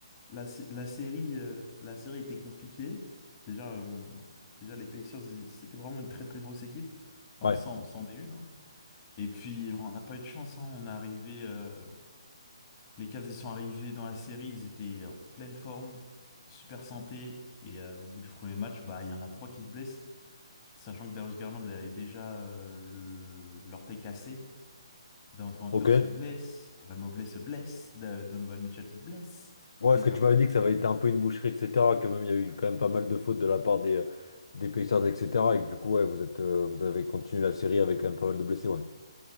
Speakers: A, on the left (about 30°); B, on the left (about 60°).
A: La, sé- la série, euh, la série était compliquée. Déjà, on... Déjà les Pacers, ils- c'était vraiment une très très grosse équipe. Enfin,
B: ouais,
A: c'en c'en est une. hein. Et puis, on n'a pas eu de chance. hein. On est arrivé, euh, les Cavs, ils sont arrivés dans la série. Ils étaient en pleine forme, super santé. Et euh, au bout du premier match, bah, il y en a trois qui se blessent. Sachant que Darius Garland avait déjà euh, le... l'orteil cassé. Deandre Hunter
B: ok.
A: se blesse. Evan Mobley se blesse. Da- Donovan Mitchell se blesse.
B: Ouais,
A: C'était
B: est-ce
A: dur.
B: que tu m'avais dit que ça avait été un peu une boucherie, etc., que même il y a eu quand même pas mal de fautes de la part des, euh, des Pacers, etc., et que du coup, ouais, vous êtes, euh, vous avez continué la série avec quand même pas mal de blessés, ouais.